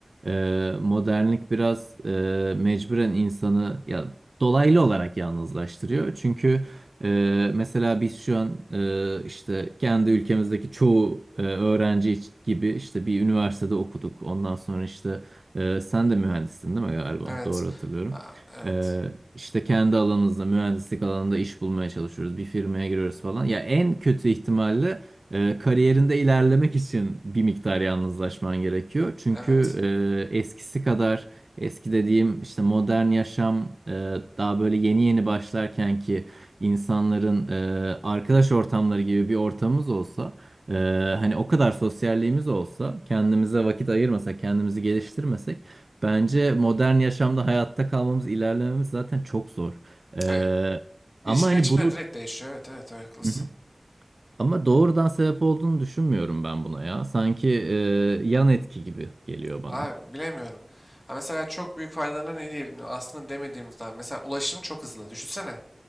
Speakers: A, on the right (about 75°); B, on the left (about 20°).
A: e, modernlik biraz e, mecburen insanı ya dolaylı olarak yalnızlaştırıyor. Çünkü e, mesela biz şu an e, işte kendi ülkemizdeki çoğu e, öğrenci iç- gibi işte bir üniversitede okuduk. Ondan sonra işte e, sen de mühendissin değil mi galiba?
B: Evet.
A: Doğru hatırlıyorum.
B: Ha, evet.
A: Ee, işte kendi alanımızda mühendislik alanında iş bulmaya çalışıyoruz. Bir firmaya giriyoruz falan. Ya en kötü ihtimalle e, kariyerinde ilerlemek için bir miktar yalnızlaşman gerekiyor. Çünkü
B: Evet.
A: e, eskisi kadar eski dediğim işte modern yaşam e, daha böyle yeni yeni başlarken ki insanların e, arkadaş ortamları gibi bir ortamımız olsa e, hani o kadar sosyalliğimiz olsa kendimize vakit ayırmasak kendimizi geliştirmesek Bence modern yaşamda hayatta kalmamız, ilerlememiz zaten çok zor. Ee,
B: Ay, İlişki
A: ama hani
B: biçimleri
A: bunu
B: direkt değişiyor. Evet evet evet, haklısın.
A: Hı hı. ama doğrudan sebep olduğunu düşünmüyorum ben buna ya. Sanki e, yan etki gibi geliyor bana.
B: Abi bilemiyorum. Ha mesela çok büyük faydalarına ne diyelim aslında demediğimizden. Mesela ulaşım çok hızlı. Düşünsene